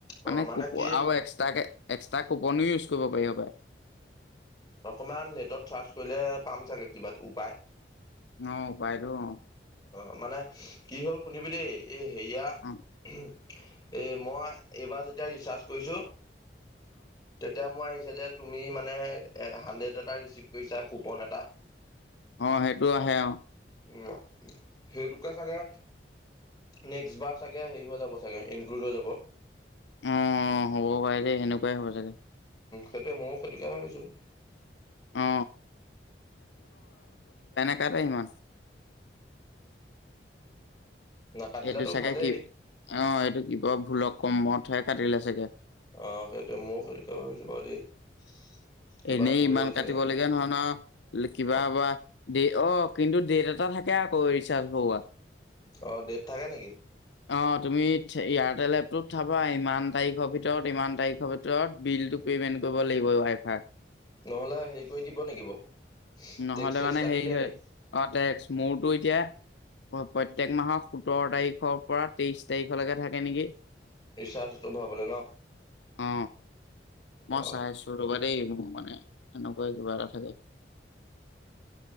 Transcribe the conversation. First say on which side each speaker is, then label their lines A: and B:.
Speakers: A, on the left; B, on the left.
A: অ
B: মানে কুপ
A: কি
B: আৰু এক্সট্ৰাকে তাক কোপনীও ইউজ কৰিব পাৰি হপাই <unintelligible>
A: অকমান নেটত চাৰ্চ কৰিলে পাম চাগে কিবা উপায়
B: অ পাইদো অ <unintelligible>
A: অ মানে কি হ'ল শুনিবি দেই এই হেয়া।
B: অ অ
A: <unintelligible> এই মই এইবাৰ যেতিয়া ৰিচাৰ্জ কৰিছোঁ তেতিয়া মই যে তুমি মানে হাণ্ডেড এটা ৰিচিভ কৰিছা কুপন এটা
B: অ সেইটোও আহে আৰু।
A: উ সেইটোকে চাগে নেক্স বাৰ চাগে হেৰি হৈ যাব চাগে ইনকড হৈ যাব।
B: অ হ'ব পাৰে দে সেনেকুৱাই হ'ব চাগে।
A: সেইতো ময়ো ক্ষতিক ভাবিছোঁ। <unintelligible>
B: অ এয়াত আহি মাছ <unintelligible>
A: নাকাটিলেতো
B: এইটো চাগে
A: ভালেই।
B: কি অ এইটো কিব ভুলক কমতহে কাটিলে চাগে। <unintelligible>
A: আহ সেইটোৱে মৌ <unintelligible> সেইটোকে ভাবিছো বাৰু দেই কিবা
B: এনেই
A: ভুল
B: ইমান
A: হ'ল চাগে।
B: কাটিব লগীয়া নহয় ন কিবা
A: অ
B: বা দেৰি অ কিন্তু ডেট এটা থাকে আকৌ ৰিচাৰ্জ ভৰোৱা।
A: অ ডেট থাকে নেকি
B: অ তুমি ইয়াত লেপটোত চাবা ইমান তাৰিখৰ ভিতৰত ইমান তাৰিখৰ ভিতৰত বিল টো পে'মেণ্ট কৰিব লাগিব ৱাই ফাই। <unintelligible>
A: নহলে হেৰি কৰি দিব নেকি বাৰু।
B: নহ'লে
A: টেক্স চেক্স
B: মানে
A: কাটি
B: হেৰি
A: দিয়ে
B: হয়
A: নি
B: অ স্মুথ। টো এতিয়া প্ৰত্যেক মাহৰ সোতৰ তাৰিখৰ পৰা তেইশ তাৰিখলৈকে থাকে নেকি
A: ৰিচাৰ্জটো ভৰাবলৈ ন
B: অ মই
A: অ
B: চাইছো ৰবা দেই মানে এনেকোৱাই কিবা এটা থাকে